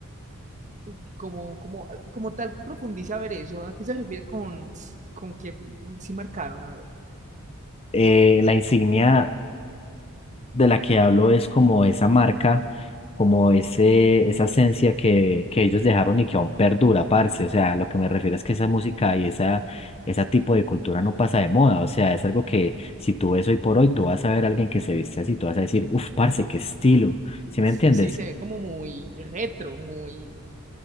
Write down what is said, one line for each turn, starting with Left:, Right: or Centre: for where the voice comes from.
Right: Y Como, como, como tal, profundiza a ver eso. ¿A qué se refiere con, con que sí marcaron? A ver.
Left: Eh, la insignia de la que hablo es como esa marca, como ese, esa esencia que, que ellos dejaron y que aún perdura, parce. O sea, lo que me refiero es que esa música y esa, ese tipo de cultura no pasa de moda. O sea, es algo que si tú ves hoy por hoy, tú vas a ver a alguien que se viste así, tú vas a decir, uff, parce, qué estilo. ¿Sí me
Right: Sí,
Left: entiendes?
Right: se ve como muy retro, muy